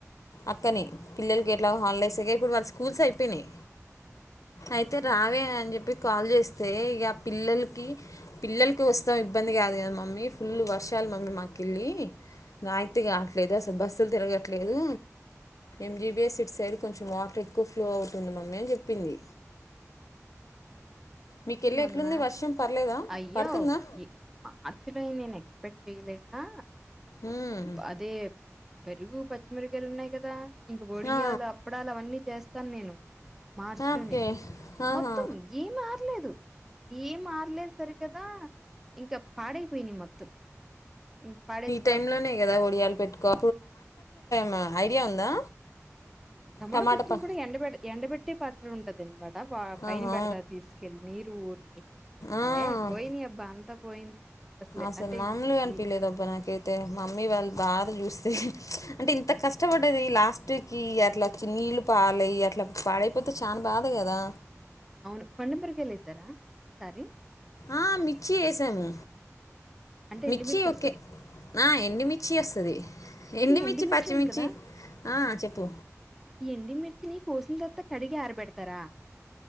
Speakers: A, on the left (about 80°); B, in the centre.
A: అక్కని పిల్లలకి ఎట్లా హాలిడేస్ అయ ఇప్పుడు వాళ్ళు స్కూల్స్ అయిపోయినాయి అయితే
B: అవునా
A: రావే అని చెప్పి కాల్ చేస్తే ఇక పిల్లలకి పిల్లలకి వస్తాం ఇబ్బంది కాదు కదా మమ్మీ ఫుల్ వర్షాలు మమ్మీ మాకుళ్ళి <unintelligible> కావట్లేదు అసలు బస్సులు తిరగట్లేదు ఎంజీబిఎస్ సిట్ సైడ్ కొంచెం వాటర్ ఎక్కువ ఫ్లో అవుతుంది మమ్మీ అని చెప్పింది
B: <unintelligible> ఏంటి
A: మీకెళ్ళి
B: మొన్న
A: ఎట్లుంది వర్షం పర్లేదా
B: అయ్యో
A: పడుతుందా
B: మార్చిలో నేను ఎక్స్పెక్ట్ శ్రీలేకా
A: మ్మ్.
B: అబ్బ అదే పెరుగు, పచ్చిమిరగాయలు ఉన్నాయి కదా. ఇంక వొడియాలు,
A: ఆ
B: అప్పడాలు అవన్నీ చేస్తాను నేను. మార్చిలోనే
A: ఓకే ఆహా
B: మొత్తం ఏం ఆర్లేదు. ఏం మార్లే సరి కదా ఇంకా పాడైపోయైనయ్ మొత్తం. ఇ పడేస్
A: టైమ్ లోనే కదా వడియాలు పెట్టుకో మ ఐడియా ఉందా.
B: టమాట
A: టమాటా
B: పచ్చళ్ళు
A: ప
B: కూడా ఎండ బెడు. ఎండబెట్టి పచ్చడి ఉంటదన్ మ అంత పా పైన
A: ఆహా
B: పెడతా తీసుకెళ్ళి నీరు ఊడ్చి,
A: ఆ
B: అయ్ పోయిని అబ్బా అంతా పోయింది. అసలే
A: అసలు
B: అంటే
A: మాముల్
B: ఈ
A: అన్పిలేదబ్బా నాకైతే మమ్మీ వాళ్ళు బాధ చూస్తే ప్చ్ అంటే ఇంత కష్టపడ్డది లాస్ట్ కి అట్ల చినీళ్లు పాలైయ్ అట్ల పాడైపోతే చాన బాధ కదా.
B: అవును పండుమిరక్కాయలు లెస్తర, సారి
A: ఆ మిర్చి ఏసాము.
B: అంటే ఎండిమిర్చి
A: మిర్చి ఓకే
B: వస్తది
A: ఆ ఎంన్ని మిర్చి వస్సది. ఎండిమిర్చి,
B: ఈ
A: పచ్చిమిర్చి
B: ఉంది కదా
A: ఆ చెప్పు
B: ఎండిమిర్చిని కోసిన్ తరువాత కడిగి ఆరబెడతారా.